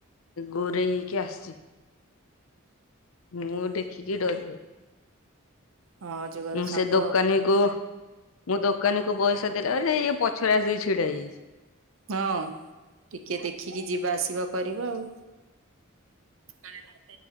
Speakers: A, on the left (about 80°); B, on the right (about 75°).
A: ଗୁରେଇ ହେଇକି ଆସିଛି। ମୁଁ ଦେଖିକି ଡରିିଗାଲି।
B: ହଁ ଯୋଗର
A: ମୁଁ
B: ସାପ
A: ସେ ଦୋକାନୀକୁ, ମୁଁ ଦୋକାନୀକୁୁ ପଇସା ଦେଲା ବେଳେ ଇଏ ପଛରେ ଆସ ଛିଡା ହେଇଛନ୍ତି
B: ହଁ ଟିକେ ଦେଖିକି ଯିବା ଆସିବା କରିବ ଆଉ ବର୍ଷା।